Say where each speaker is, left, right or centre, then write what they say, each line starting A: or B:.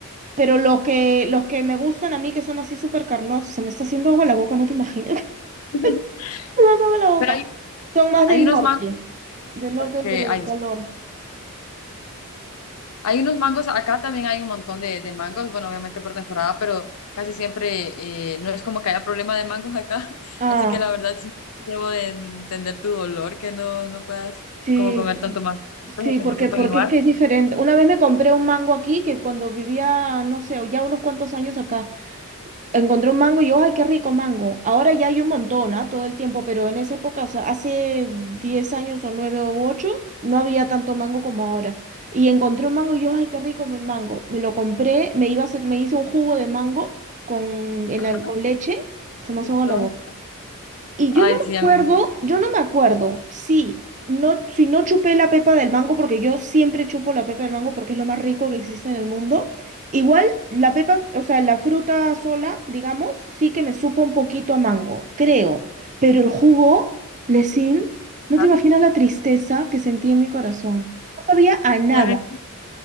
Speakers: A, on the right (about 35°); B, on the left (about 75°).
A: Pero los que, los que me gustan a mí, que son así súper carnosos, se me está haciendo agua la boca, no te imaginas, <laughs>
B: <laughs>
A: me hace agua la boca.
B: Pero hay,
A: Son más
B: hay
A: del
B: unos
A: norte,
B: mangos
A: del norte
B: porque,
A: del Perú,
B: ay,
A: del
B: disculpa.
A: calor.
B: Hay unos mangos, acá también hay un montón de, de mangos, bueno, obviamente por temporada, pero casi siempre eh, no es como que haya problema de mangos acá, <laughs>
A: Ah.
B: así que la verdad sí debo de entender tu dolor, que no, no puedas
A: Sí,
B: como comer
A: es-
B: tanto mango, como
A: sí,
B: que
A: porque,
B: no sepan
A: porque
B: igual.
A: es que es diferente. Una vez me compré un mango aquí, que cuando vivía, no sé, ya unos cuantos años acá, encontré un mango y yo, ay, qué rico mango. Ahora ya hay un montón, ¿ah? Todo el tiempo, pero en esa época, o sea, hace 10 años o 9 u 8 no había tanto mango como ahora. Y encontré un mango y yo, ay, qué rico mi mango. Me lo compré, me iba a hacer, me hice un jugo de mango con, en
B: Ajá,
A: la- con leche, se me hace
B: listo.
A: agua la boca. Y
B: Ay,
A: yo no me
B: sí, ya
A: acuerdo,
B: me
A: yo no me acuerdo si no, si no chupé la pepa del mango, porque yo siempre chupo la pepa del mango porque es lo más rico que existe en el mundo. Igual la pepa, o sea, la fruta sola, digamos, sí que me supo un poquito a mango, creo. Pero el jugo, Lesin, no
B: encanta.
A: te imaginas la tristeza que sentí en mi corazón. No sabía a nada.
B: Ya me-